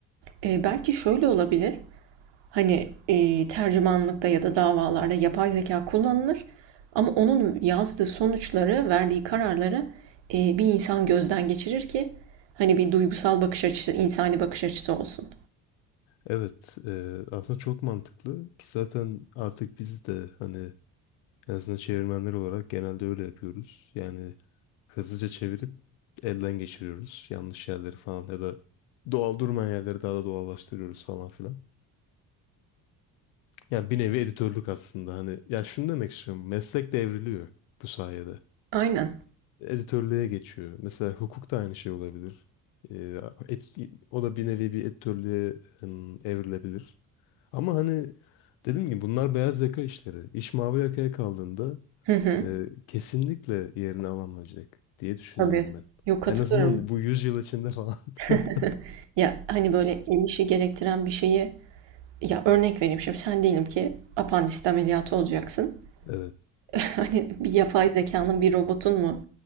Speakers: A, on the right; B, on the left.
A: Eee, belki şöyle olabilir. Hani, eee, tercümanlıkta ya da davalarda yapay zeka kullanılır ama onun yazdığı sonuçları, verdiği kararları, eee, bir insan gözden geçirir ki, hani, bir duygusal bakış açısı, insani bakış açısı olsun.
B: Evet, e, aslında çok mantıklı ki zaten artık biz de hani en azından çevirmenler olarak genelde öyle yapıyoruz. Yani hızlıca çevirip elden geçiriyoruz yanlış yerleri falan ya da doğal durmayan yerleri daha da doğallaştırıyoruz falan filan. Yani bir nevi editörlük aslında hani ya şunu demek istiyorum meslek devriliyor bu sayede.
A: Aynen.
B: editörlüğe geçiyor. Mesela hukuk da aynı şey olabilir. Ee, et- o da bir nevi bir editörlüğe em, evrilebilir. Ama hani dedim ki bunlar beyaz yaka işleri. İş mavi yakaya kaldığında
A: Hı hı.
B: e, kesinlikle yerini alamayacak diye düşünüyorum
A: Tabii.
B: ben.
A: Yok, katılıyorum.
B: En azından bu 100 yıl içinde falan.
A: <laughs>
B: <laughs>
A: Ya, hani, böyle el işi gerektiren bir şeyi Ya, örnek vereyim şimdi. Sen diyelim ki apandisit ameliyatı olacaksın.
B: Evet.
A: Hani bir yapay zekanın, bir robotun mu